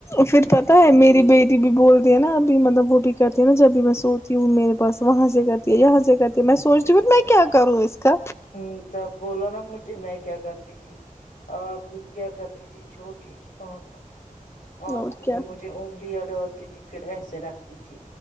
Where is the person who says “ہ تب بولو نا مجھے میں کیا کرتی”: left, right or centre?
Left